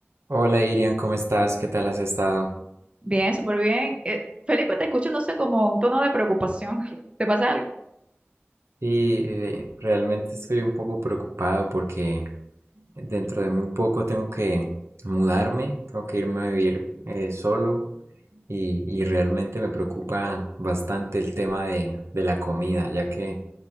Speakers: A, on the right (about 85°); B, on the right (about 25°).
A: Hola Irian, ¿cómo estás? ¿Qué tal has estado?
B: Bien, súper bien. Eh, Felipe, te escucho, no sé, como un tono de preocupación. <laughs> ¿Te pasa algo?
A: Sí, eh, realmente estoy un poco preocupado porque dentro de muy poco tengo que mudarme, tengo que irme a vivir eh, solo y, y realmente me preocupa bastante el tema de, de la comida, ya que